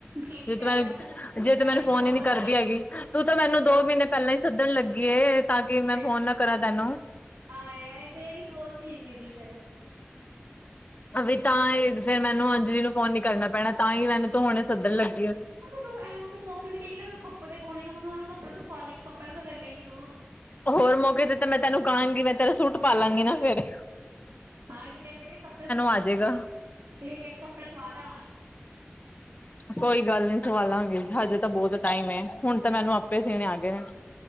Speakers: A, on the right; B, on the left.
A: ਕਹੇਗੀ
B: ਜੇ
A: ਟੈਮ
B: ਤੂੰ ਮੈ,
A: ਟੈਮ ਤੇ
B: ਜੇ
A: ਟੈਮ
B: ਤੂੰ ਮੈਨੂੰ
A: ਟੈਮ ਤੇ
B: ਫ਼ੋਨ
A: ਫੋਨ
B: ਹੀ ਨੀ
A: ਕਰਨੀ
B: ਕਰਦੀ
A: ਏ
B: ਹੈਗੀ। ਤੂੰ ਤਾਂ ਮੈਨੂੰ ਦੋ ਮਹੀਨੇ ਪਹਿਲੇ ਹੀ ਸੱਦਣ ਲੱਗੀ ਏ, ਤਾਂ ਕਿ
A: ਲੈ
B: ਮੈਂ ਫੋਨ ਨਾ ਕਰਾਂ ਤੈਨੂੰ।
A: ਆਏ ਹਾਏ ਤੇਰੀ ਸੋਚ ਹੀ ਐਵੀਂ ਦੀ ਫੇਰ।
B: ਵੀ ਤਾਂ ਹੀ ਫਿਰ ਮੈਨੂੰ ਅੰਜਲੀ ਨੂੰ ਫ਼ੋਨ ਨੀ ਕਰਨਾ ਪੈਣਾ ਤਾਂ ਹੀ ਮੈਨੂੰ ਤੂੰ ਹੁਣੇ ਸੱਦਣ ਲੱਗੀ ਆ।
A: ਤੂੰ ਐਂ ਫਿਰ ਮੌਕੇ ਤੇ ਕਹਿਗੀ ਨਾ ਮੈਨੂੰ ਕੱਪੜੇ ਕੌਣ ਨੀ ਕੱਪੜੇ ਸਵਾ ਲੈਂਗੀ ਕੱਪੜੇ ਤੋਂ ਲੈ ਲੈਂਗੀ ਤੂੰ।
B: ਹੋਰ ਮੌਕੇ ਤੇ ਤਾਂ ਮੈਂ ਤੈਨੂੰ ਕਹਾਂਗੀ ਮੈਂ ਤੇਰਾ ਸੂਟ ਪਾ ਲਾਂਗੀ ਨਾ ਫਿਰ।
A: ਹਾਂ! ਇਸੇ ਕਰਕੇ ਕਹਿੰਦੇ ਕੱਪੜੇ,
B: ਆ ਜਾਏਗਾ
A: ਕਹਿੰਦੀ ਕੱਪੜਾ ਸਵਾਲਾ ਹੁਣ।
B: ਕੋਈ ਗੱਲ ਨੀ ਸਵਾਲਾਂਗੇ, ਹਜੇ। ਤਾਂ ਬਹੁਤ ਟਾਈਮ ਹੈ, ਹੁਣ ਤਾਂ ਮੈਨੂੰ ਆਪੇ ਸੀਣੇ ਆ ਗਏ।